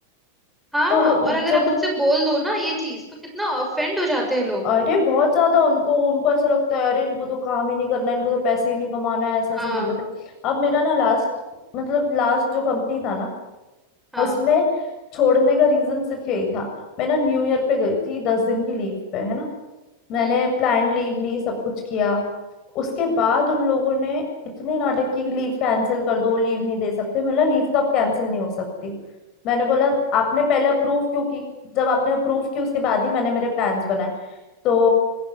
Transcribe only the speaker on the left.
तो
जो
अरे बहुत ज्यादा उनको उनको ऐसा लगता है अरे इनको तो काम ही नहीं करना है इनको तो पैसे ही नहीं कमाना है ऐसा ऐसा
बोलते थे अब मेरा ना लास्ट मतलब लास्ट जो कंपनी था ना
उसमें छोड़ने का रीजन सिर्फ यही था मैं ना न्यू ईयर पे गई थी दस दिन की लीव पे है ना मैंने
प्लान लीव ली सब कुछ किया उसके बाद उन लोगों ने इतने नाटक की कि लीव कैंसिल कर दो लीव नहीं दे सकते मतलब लीव तो अब कैंसिल नहीं हो सकती मैंने बोला आपने पहले अप्रूव क्यों की जब आपने अप्रूव की उसके बाद ही मैंने मेरे प्लान्स बनाए तो